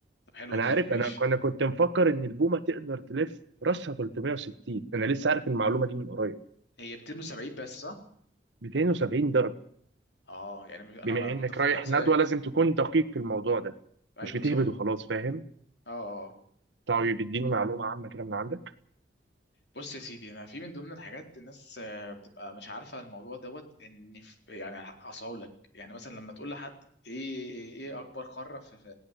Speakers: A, on the left; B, on the right.
A: طب حلوة
B: أنا
A: ديت
B: عارف
A: ماشي
B: أنا أنا كنت مفكر إن البومة تقدر تلف راسها 360 أنا لسه عارف المعلومة دي من قريب
A: هي 270 بس صح؟
B: 270 درجة
A: اه يعني مش- انا
B: بما إنك
A: كنت بفكر
B: رايح
A: زيك
B: ندوة لازم تكون دقيق في الموضوع ده
A: ايوه
B: مش بتهبد
A: صح
B: وخلاص فاهم
A: اه آه، آه.
B: طيب اديني معلومة عامة كده من عندك
A: بص يا سيدي انا في من ضمن الحاجات الناس آه، بتبقى مش عارفه الموضوع دوت ان في يعني اصل هقول لك يعني مثلا لما تقول لحد ايه ايه إيه اكبر قاره في في